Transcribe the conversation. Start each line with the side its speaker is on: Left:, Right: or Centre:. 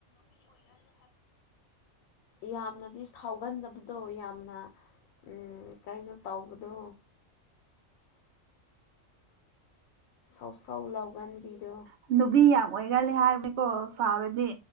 Left: <unintelligible> ꯌꯥꯝꯅꯗꯤ ꯁꯥꯎꯒꯟꯗꯕꯗꯣ ꯌꯥꯝꯅ ꯎꯝ ꯀꯩꯅꯣ ꯇꯧꯕꯗꯣ ꯁꯧ ꯁꯧ ꯂꯥꯎꯒꯟꯕꯤꯗꯣ
Right: ꯍꯅꯨꯕꯤ ꯌꯥꯝ ꯑꯣꯏꯒꯜꯂꯤ ꯍꯥꯏꯕꯅꯦꯀꯣ ꯁꯥꯎꯔꯗꯤ